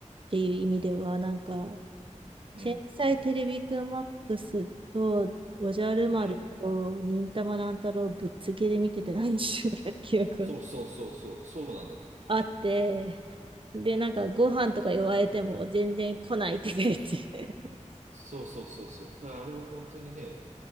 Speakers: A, on the right; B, on the right.
A: ていう意味では、なんか、
B: うん、
A: 天才テレビくんマックスと、おじゃる丸と、
B: うん。
A: 忍たま乱太郎ぶっ続けで見ててなんちゅう記憶が
B: そうそうそうそう、そうなんだって。
A: あって、で、なんかご飯とか言われても全然来ないって言って。<laughs>
B: そうそうそうそう。だからあれは本当にね、